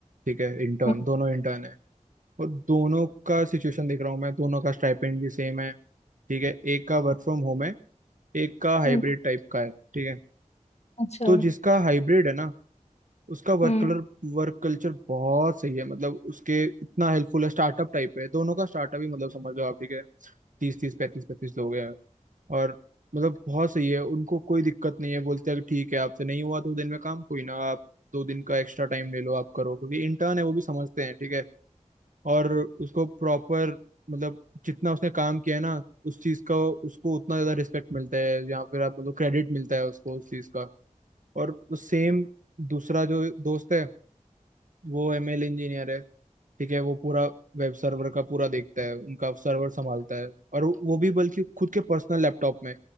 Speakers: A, on the right; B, on the left.
A: ठीक है इंटर्न
B: हम्म,
A: दोनों इंटर्न है और दोनों का सिचुएशन देख रहा हूँ मैं दोनों का स्टाइपेंड भी सेम है ठीक है एक का वर्क फ्रॉम होम है एक का हाइब्रिड
B: हम्म,
A: टाइप का है ठीक है
B: अच्छा
A: तो जिसका हाइब्रिड है ना उसका वर्क
B: हम्म
A: कलर वर्क कल्चर बहुत सही है मतलब उसके इतना हेल्पफुल है स्टार्टअप टाइप है दोनों का स्टार्टअप ही मतलब समझ लो आप ठीक है तीस तीस पैंतीस पैंतीस लोग हैं और मतलब बहुत सही है उनको कोई दिक्कत नहीं है बोलते हैं कि ठीक है आपसे नहीं हुआ दो दिन में काम कोई ना आप दो दिन का एक्स्ट्रा टाइम ले लो आप करो क्योंकि इंटर्न है वो भी समझते हैं ठीक है और उसको प्रॉपर मतलब जितना उसने काम किया है ना उस चीज का उसको उतना ज्यादा रिस्पेक्ट मिलता है या फिर आप मतलब क्रेडिट मिलता है उसको उस चीज का और सेम दूसरा जो दोस्त है वो एमएल इंजीनियर है ठीक है वो पूरा वेब सर्वर का पूरा देखता है उनका सर्वर संभालता है और वो भी बल्कि खुद के पर्सनल लैपटॉप में